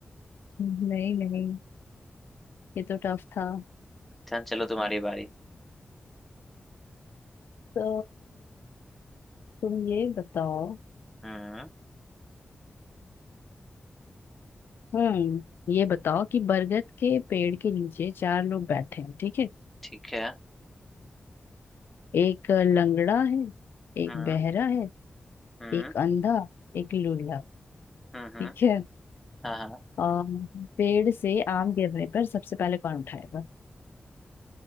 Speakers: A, on the left; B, in the centre.
A: नहीं नहीं ये तो टफ था
B: चल चलो तुम्हारी बारी
A: तो तुम ये बताओ
B: हम्म
A: हम्म ये बताओ कि बरगद के पेड़ के नीचे चार लोग बैठे हैं ठीक है
B: ठीक है
A: एक लंगड़ा है एक
B: हम्म
A: बहरा है
B: हम्म
A: एक अंधा एक लूला
B: हम्म हम्म,
A: ठीक है
B: हाँ हाँ
A: और पेड़ से आम गिरने पर सबसे पहले कौन उठाएगा